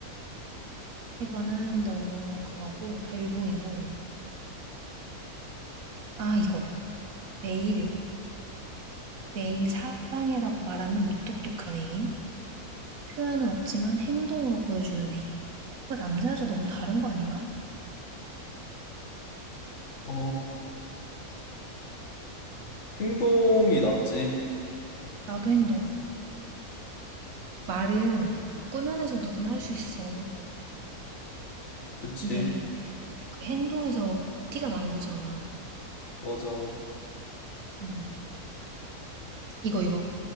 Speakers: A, on the right; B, on the left.
A: 이거는 너무 그거고, 벨붕이고. 아, 이거. 매일, 매일 사랑해라고 말하는 무뚝뚝한 애인. 표현은 없지만 행동으로 보여주는 애인. 그 남자 여자 너무 다른 거 아닌가?
B: 어, 행동이 낫지.
A: 나도 행동. 말은 꾸며내서 누구나 할 수 있어.
B: 그치.
A: 근데 그 행동에서 티가 나는 거잖아.
B: 맞아.
A: 음. 이거, 이거.